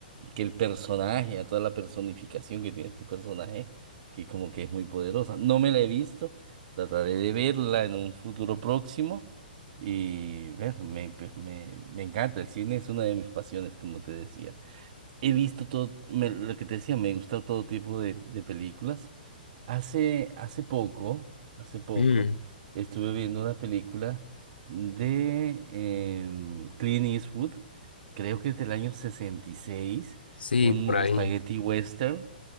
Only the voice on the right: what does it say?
que el personaje, a toda la personificación que tiene este personaje, que como que es muy poderosa. No me la he visto, trataré de verla en un futuro próximo. Y bueno, me, pues, me, me encanta, el cine es una de mis pasiones, como te decía. He visto todo, me- lo que te decía, me gusta todo tipo de, de películas. Hace, hace poco, hace poco,
estuve viendo una película de em, Clint Eastwood, creo que es del año 66,
un
spaghetti western.